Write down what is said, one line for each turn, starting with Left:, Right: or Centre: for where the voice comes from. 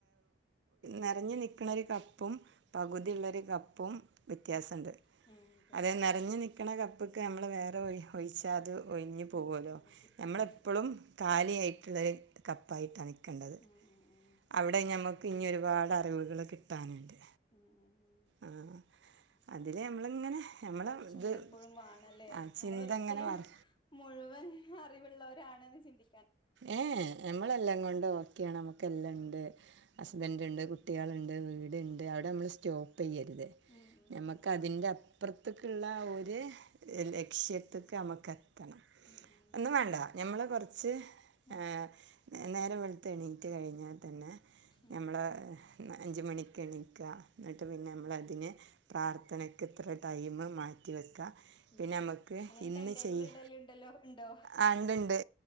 Right: നെറഞ്ഞ്നിക്കുണ ഒരു നിൽക്ക്‌ണ കപ്പും പകുതി
Left: ഉം
Right: ഇള്ള കപ്പും വ്യത്യാസണ്ട്
Left: ഉം ഉം പിന്നെ
Right: അത് നെറഞ്ഞ് നിൽ കിണകപ്പ് ഒക്കെ നമ്മള് വേറെ വഴി ഒഴിച്ചാ അത് ഒഴിഞ്ഞ് പോവാേല്ലോ
Left: ഉം ഒഴുകി
Right: നമ്മളെപ്പളും
Left: ഉം ഒഴുകി
Right: കാലിയായിട്ട്ള്ളത് കപ്പായിട്ടാണ് കണ്ടത്
Left: ഉം ഉം ഉം ശരിയാ
Right: അവിടെ ഞമ്മക്ക് പിന്നെ ഒരുപാട് അറിവുകള് കിട്ടാനുണ്ട്
Left: ഉം ഉം ഉം
Right: ആഹ് അതില് നമ്മളിങ്ങനെ നമ്മളെ
Left: ആഹ് ഒരു ചിന്ത
Right: ഇത്
Left: എപ്പഴും വാണല്ലേ
Right: ആ
Left: നമ്മളൊരിക്കലും
Right: ചിന്ത ഇങ്ങനെ വർ
Left: മുഴുവൻ അറിവുള്ളവരാണെന്ന് ചിന്തി
Right: ഏഹ് ഞമ്മളെല്ലാം കൊണ്ട് ഓക്കെയാണ് നമ്മുക്ക് എല്ലാം ഇണ്ട് ഹസ്ബൻറ്
Left: ഉം
Right: ഇണ്ട് കുട്ട് കുട്ട്യാള്ണ്ട് വീട്ണ്ട് അവിടെ നമ്മള് സ്റ്റോപ്പ് തെയ്യരുത്
Left: ഉം ഉം
Right: നമുക്ക്
Left: ഉം
Right: അതിൻ്റെ അപ്പർത്ത്ക്ക്‌ള്ള ഒരു
Left: ഉം
Right: ലക്ഷ്യത്ത്ക്ക് നമ്മക്ക് എത്തണം
Left: ഉം ഉം
Right: ഒന്നും വേണ്ട ഞമ്മള് കൊറ്ച്ച്
Left: ഉം
Right: ആഹ് ഞാ നേരം വെളുത്ത് എണീറ്റ് കഴിഞ്ഞാ തന്നെ
Left: ഉം
Right: നമ്മളെ ന അഞ്ച് മണിക്ക് എണീക്ക എന്നിട്ട് പിന്നെ നമ്മളതിനെ പ്രാർത്ഥനക്ക് ഇത്ര ടൈമ് മാറ്റ മാറ്റി വെക്കാ
Left: ഉം
Right: പിന്നെ നമ്മക്ക്
Left: അങ്ങനെ
Right: ഇന്ന്
Left: ടൈം ടേബിൾ
Right: ചെയ്യ്
Left: ഇടലുണ്ടല്ലോ ഉണ്ടോ
Right: ആ ഇണ്ട് ഇണ്ട്